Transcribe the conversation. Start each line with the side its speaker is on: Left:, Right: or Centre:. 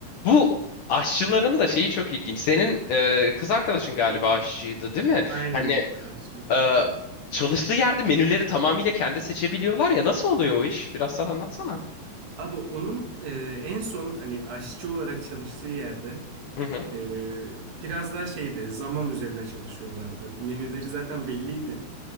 Left: Bu aşçıların da şeyi çok ilginç. Senin e, kız arkadaşın galiba aşçıydı, değil mi?
Right: Aynen.
Left: Hani
Right: Ersin.
Left: e, çalıştığı yerde menüleri tamamıyla kendi seçebiliyorlar ya. Nasıl oluyor o iş? Biraz sen anlatsana.
Right: Abi onun e, en son hani aşçı olarak çalıştığı yerde
Left: Hı hı.
Right: e, biraz daha şeydi zaman üzerine çalışıyorlardı. Menüleri zaten belliydi.